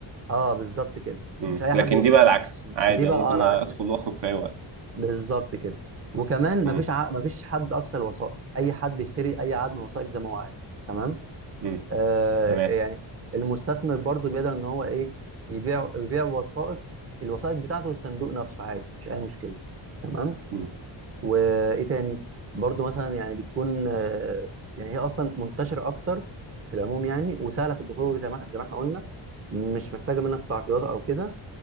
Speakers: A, on the right; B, on the right.
A: اه بالظبط كده
B: مم.
A: مش اي
B: لكن
A: حد بيخشها
B: دي بقى العكس عادي
A: دي بقى
B: أنا ممكن
A: اه العكس
B: ادخل واخرج في اي وقت
A: بالظبط كده وكمان
B: مم.
A: مفيش ع... مفيش حد اقصى الوثائق اي حد يشتري اي عدد من الوثائق زي ما هو عايز تمام
B: مم.
A: آه
B: تمام
A: يعني المستثمر برضو بيقدر ان هو ايه يبيع يبيع وثائق الوثائق بتاعته والصندوق نفسه عادي مش اي مشكله تمام
B: مم.
A: وايه تاني برضو مثلا يعني بتكون آه يعني هي اصلا منتشره اكتر في العموم يعني وسهله في الدخول زي ما زي ما احنا قلنا مش محتاجه منك تعقيدات او كده